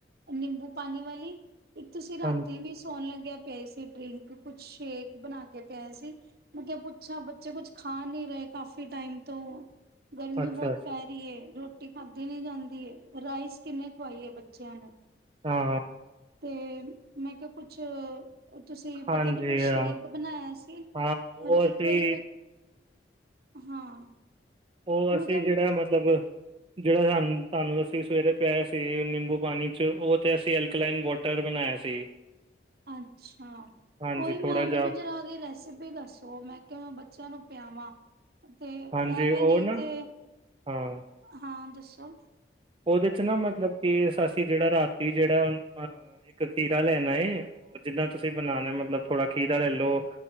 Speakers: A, on the right; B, on the right.
A: ਨਿੰਬੂ ਪਾਣੀ ਵਾਲੀ ਇੱਕ ਤੁਸੀਂ ਰਾਤੀ
B: ਹਾਂਜੀ,
A: ਵੀ ਸੌਣ ਲੱਗਿਆ ਪਿਆਈ ਸੀ ਡਰਿੰਕ, ਕੁਛ ਸ਼ੇਕ ਬਣਾ ਕੇ ਪਿਆਯਾ ਸੀ। ਮੈਂ ਕਿਆ ਪੁੱਛਾ, ਬੱਚੇ ਕੁੱਛ ਖਾ ਨਈ ਰੇ ਕਾਫੀ ਟਾਈਮ ਤੋਂ ਗਰਮੀ
B: ਅੱਛਾ,
A: ਬਹੁਤ
B: ਅੱਛਾ
A: ਪੈ ਰਹੀ ਏ। ਰੋਟੀ ਖਾਧੀ ਨੀ ਜਾਂਦੀ। ਰਾਈਸ ਕਿੰਨੇ ਖਵਾਈਏ ਬੱਚਿਆਂ ਨੂੰ
B: ਹਾਂ ਹਾਂ
A: ਤੇ ਮੈਂ ਕਿਹਾ ਕੁਛ ਓ ਤੁਸੀਂ
B: ਹਾਂਜੀ
A: ਪਤਾ ਨੀ ਕੋਈ ਸ਼ੇਕ
B: ਹਾਂ।
A: ਬਣਾਇਆ ਸੀ
B: ਹਾਂ ਉਹ
A: ਔਰ
B: ਅਸੀਂ,
A: ਇੱਕ ਵਾਰੀ ਕੋਈ ਹਾਂ।
B: ਉਹ
A: ਮੈਂ
B: ਅਸੀ
A: ਕਿਹਾ
B: ਜੇੜਾ ਮਤਲਬ ਜਿਹੜਾ ਸਾਨੂੰ ਤੁਹਾਨੂੰ ਅਸੀਂ ਸਵੇਰੇ ਪਿਆਯਾ ਸੀ ਨਿੰਬੂ ਪਾਣੀ 'ਚ, ਉਹ ਤੇ ਅਸੀ ਐਲਕਲਾਈਨ ਵਾਟਰ ਟਰ ਬਣਾਇਆ ਸੀ।
A: ਅੱਛਾ
B: ਹਾਂਜੀ
A: ਉਹੀ
B: ਥੋੜਾ
A: ਮੈਂ ਮੈਨੂੰ
B: ਜਿਹਾ,
A: ਜਰਾ ਉਹਦੀ ਰੈਸ ਰੈਸਪੀ ਦੱਸੋ ਮੈਂ ਕਿਹਾ, ਮੈਂ ਬੱਚਿਆਂ ਨੂੰ ਪਿਆਵਾਂ। ਤੇ
B: ਹਾਂਜੀ
A: ਐਵੇਂ
B: ਉਹ
A: ਨਹੀ
B: ਨਾ
A: ਤੇ,
B: ਹਾਂ
A: ਹਾਂ, ਦੱਸੋ।
B: ਉਹਦੇ 'ਚ ਨਾ ਮਤਲਬ ਕਿ ਅਸੀਂ ਜਿਹੜਾ ਰਾਤੀ ਜਿਹੜਾ ਅਹ ਪਾ ਇੱਕ ਖੀਰਾ ਲੈਣਾ ਏ, ਓ ਜਿੱਨਾ ਤੁਸੀਂ ਬਣਾਨਾ ਏ ਮਤਲਬ ਥੋੜਾ ਖੀਰਾ ਲੈਲੋ